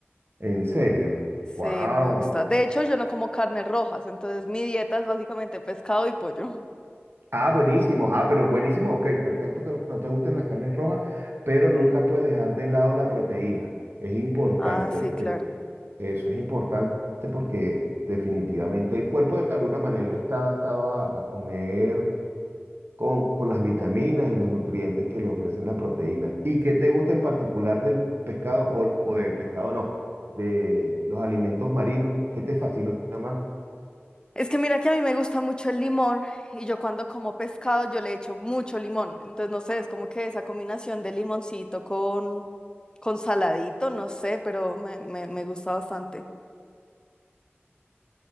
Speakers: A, on the right; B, on the left.
A: ¿En serio?
B: Sí,
A: ¡Wow!
B: me gusta. De hecho, yo no como carnes rojas, entonces mi dieta es básicamente pescado y pollo. <laughs>
A: Ah, buenísimo. Ah, pero buenísimo. Ok, perfecto que no te gusten las carnes rojas, pero nunca puedes dejar de lado la proteína. Es importante,
B: Ah, sí,
A: ¿viste?
B: claro.
A: Eso es importante porque definitivamente el cuerpo de alguna manera está adaptado a, a comer con, con las vitaminas y los nutrientes que le ofrecen la proteína. ¿Y qué te gusta en particular del pescado o, o del pescado no? De los alimentos marinos, ¿qué te fascina más?
B: Es que mira que a mí me gusta mucho el limón y yo cuando como pescado yo le echo mucho limón. Entonces, no sé, es como que esa combinación de limoncito con, con saladito, no sé, pero me, me, me gusta bastante.